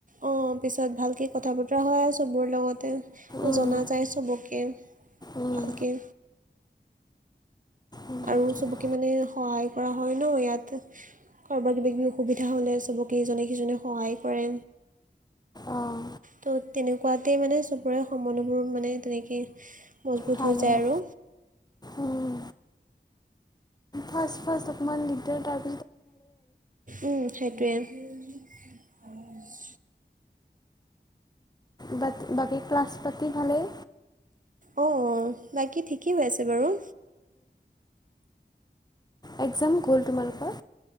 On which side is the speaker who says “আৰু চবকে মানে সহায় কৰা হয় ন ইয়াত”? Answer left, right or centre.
Right